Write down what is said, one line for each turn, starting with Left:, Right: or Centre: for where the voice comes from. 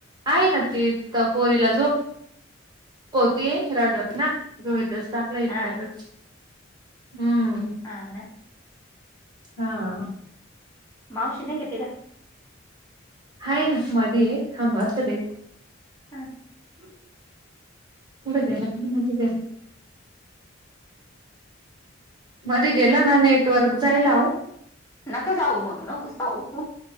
Right: आहे ना ती तर पोरीला झोप होती रडरत- ना ग इथचं तापलाय इतक्यातच
Left: हा
Right: हू
Left: काय नाई
Right: हा
Left: मावशी नाई का तिला्
Right: हाय ना मध्येये थांब आता देते
Left: हा
Right: <inaudible> कुडं गेला कुणी नव्हता गेला मधे गेलं ना नेटवर्क जायला ओ
Left: नको जाऊ मं नको जाऊ